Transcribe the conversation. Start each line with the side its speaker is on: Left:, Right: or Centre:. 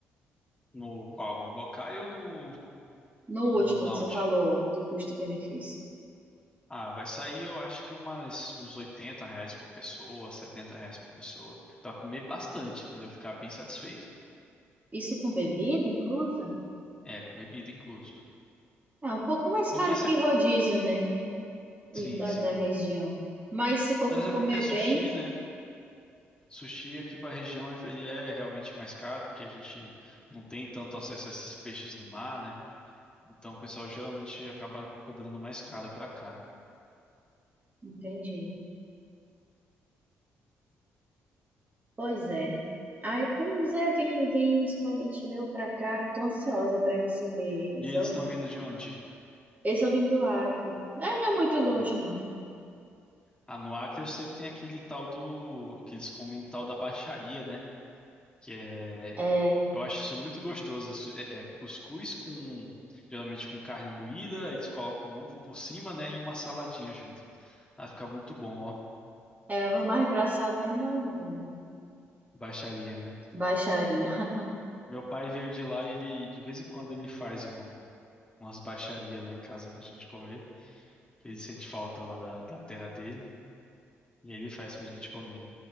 Left: No qual? No Hokkaido ou no
Right: No
Left: no
Right: último
Left: Lounge?
Right: que você falou do custo-benefício.
Left: Ah, vai sair, eu acho que umas, uns 80 reais por pessoa, 70 reais por pessoa. Pra comer bastante, entendeu? Ficar bem satisfeito.
Right: Isso com bebida inclusa?
Left: É, com bebida incluso.
Right: É um pouco mais
Left: Porque
Right: caro
Left: você.
Right: que rodízio, né? Os
Left: Sim,
Right: da,
Left: sim.
Right: da região. Mas se for
Left: Mas
Right: para comer
Left: é porque é sushi,
Right: bem,
Left: né? Sushi aqui pra região é- ele é realmente mais caro, porque a gente não tem tanto acesso a esses peixes do mar, né? Então o pessoal geralmente acaba cobrando mais caro pra cá.
Right: entendi. Pois é. Ai, pois é, vem, vem uns parentes meus pra cá. Eu tô ansiosa para receber eles,
Left: E eles
Right: ó.
Left: estão vindo de onde?
Right: Eles só vêm do Acre. É, não é muito longe,
Left: Do...
Right: não.
Left: Ah, no Acre eu sei que tem aquele tal do. que eles comem tal da baixaria, né? que é,
Right: É,
Left: eu acho isso muito gostoso. É, é- é cuscuz com, geralmente com carne moída, aí eles colocam um ovo por cima, né, e uma saladinha junto. Ah, fica muito bom, ó.
Right: é, o mais engraçado mesmo é o nome.
Left: Baixaria, né?
Right: Baixaria. <laughs>
Left: Meu pai veio de lá e ele, de vez em quando, ele faz um- umas baixarias lá em casa pra gente comer, que ele sente falta lá da, da terra dele, e ele faz pra gente comer.